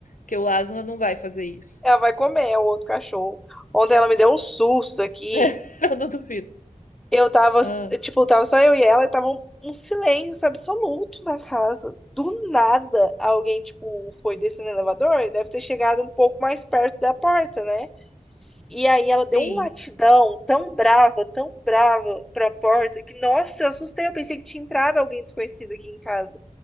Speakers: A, on the left; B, in the centre.
A: que o Aslan não vai fazer isso.
B: Ela vai comer, é o outro cachorro. Ontem ela me deu um susto aqui.
A: <laughs> Eu não duvido.
B: Eu tava,
A: Ah,
B: tipo, tava só eu e ela, e tava um, um silêncio absoluto na casa. Do nada, alguém, tipo, foi descendo o elevador e deve ter chegado um pouco mais perto da porta, né? E aí ela deu
A: sim.
B: um latidão tão brava, tão brava pra porta que, nossa, eu assustei. Eu pensei que tinha entrado alguém desconhecido aqui em casa,